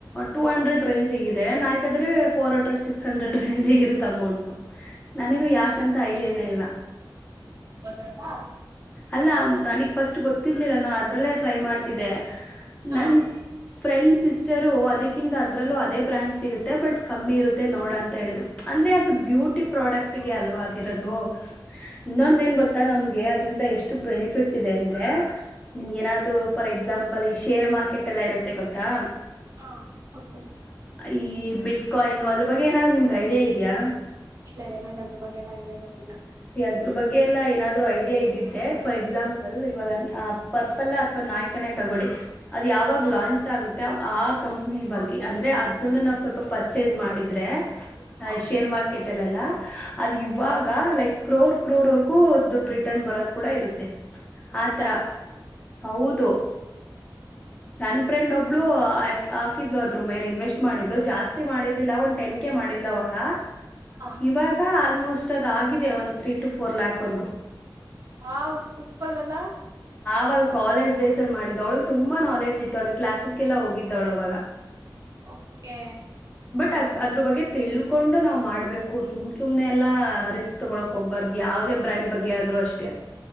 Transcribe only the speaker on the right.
ಅಮೆಜಾನ್
ದತಾ
ಹಾ
ಹಾ ಓಕೆ
ಇಲ್ಲ ಇಲ್ಲ ನಂಗ್ ಅದ್ರ ಬಗ್ಗೆ ಎಲ್ಲ ಐಡಿಯಾ ಗೊತ್ತಿಲ್ಲ.
ಹಾ
ಹಾ
ಹೌದಾ.
ಹಾ
ಹಾ ಸೂಪರ್ ಅಲ್ಲ.
ಓಕೆ.